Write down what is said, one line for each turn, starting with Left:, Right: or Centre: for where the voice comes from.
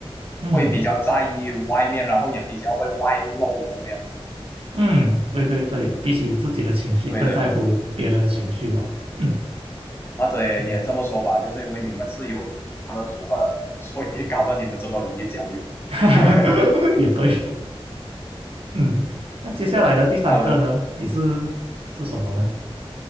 Right: 嗯。
Left: 会比较在意外面，然后也比较会外露这个样子。
Right: 嗯，
Left: 嗯，
Right: 对对对，比起自己的情绪，
Left: 对对对，
Right: 更在乎别人的情绪咯。嗯
Left: 或者也也这么说吧，
Right: 嗯，
Left: 就是因为你们是有这样的组合，所以搞得你们这么容易焦虑。
Right: <laughs>
Left: <laughs>
Right: 也对。嗯，那接下来的第三个呢？
Left: 好的，
Right: 你是是什么呢？